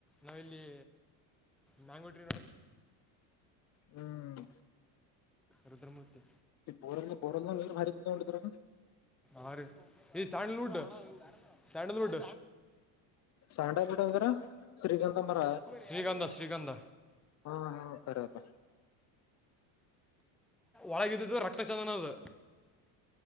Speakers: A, in the centre; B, on the left.
A: ನಾವಿಲ್ಲಿ ನಂಗಟ್ರ
B: ಹ್ಮ್
A: ರುದ್ರಮೂರ್ತಿ
B: ಬೋರಲ್ ಬೋರ ಭಾರಿರ
A: ಹ ರ ಈ ಸೈಂಡಲ್ುಡ್ ಸ್ಯಾಂಡಲ್ವುಡ್
B: ಸ್ಯಾಂಡಲ್ ವುಡ್ ಅಂದ್ರ ಶ್ರೀಗಂಧ ಮರ
A: ಶ್ರೀಗಂಧ ಶ್ರೀಗಂಧ
B: ಹಾ ಹಾ ಕರೆ ಅದ
A: ಒಳಗಿದ್ದಿದ್ದು ರಕ್ತ ಚಂದನದು